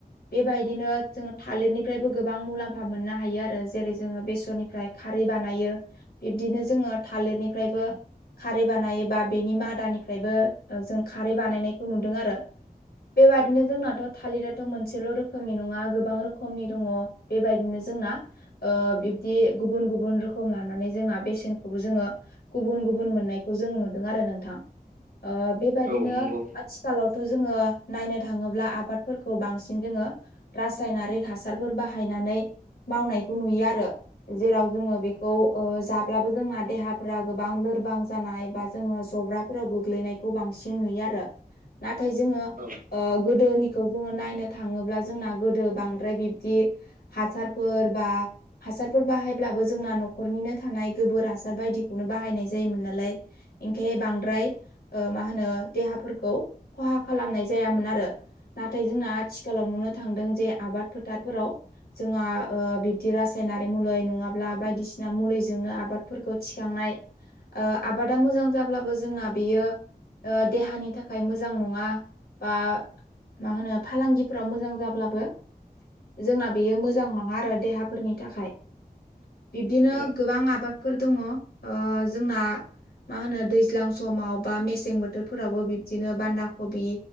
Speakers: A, on the left; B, on the right.
A: बेबायदिनो जोङो थालिरनिफ्रायबो गोबां मुलाम्फा मोननो हायो आरो जेरै जोङो बेसरनिफ्राय खारै बानायो बिब्दिनो जोङो थालिरनिफ्रायबो खारै बानायो बा बेनि मादानिफ्रायबो ओ जों खारै बानायनायखौ नुदों आरो। बेबादिनो जोंनाथ' थालिराथ' मोनसेल' रोखोमनि नङा गोबां रोखोम खमनि दङ बेबायदिनो जोंना ओ बिब्दि गुबुन गुबुन रोखोम लानानै जोंना बेसेनखौबो जोङो गुबुन गुबुन मोननायखौ जोङो नुदों आरो नोंथां। ओ बेबायदिनो
B: औ नंगौ
A: थिखालावथ' जोङो नायनो थाङोब्ला आबादफोरखौ बांसिन जोङो रासायनारिक हासारफोर बाहायनानै मावनायखौ नुयो आरो। जेराव जोङो बेखौ जाब्लाबो जोंना देहाफोरा गोबां लोरबां जानाय बा जोङो जब्रा फोराव गोग्लैनायखौ बांसिन नुयो आरो। नाथाय जोङो
B: औ
A: गोदोनिखौ जोङो नायनो थाङोब्ला जोंना गोदो बांद्राय बिब्दि हासारफोर बा हासारफोर बाहायब्लाबो जोंना न'खरनिनो थानाय गोबोर हासार बायदिखौनो बाहायनाय जायोमोन नालाय ओंखाय बांद्राय मा होनो देहाफोरखौ खहा खालामनाय जायामोन आरो। नाथाय जोंना आथिखालाव नुनो थांदों जे आबाद फोथारफोराव जोंहा बिब्दि रासायनारि मुलै नङाब्ला बायदिसिना मुलैजोंनो आबादफोरखौ थिखांनाय ओ आबादा मोजां जाब्लाबो जोंना बेयो देहानि थाखाय मोजां नङा बा मा होनो फालांगिफोराव मोजां जाब्लाबो जोंना बेयो मोजां नङा आरो देहाफोरनि थाखाय। बिब्दिनो
B: औ
A: गोबां आबादफोर दङ, जोंना मा होनो दैज्लां समाव बा मेसें बोथोरफोरावबो बिब्दिनो बान्दा कबि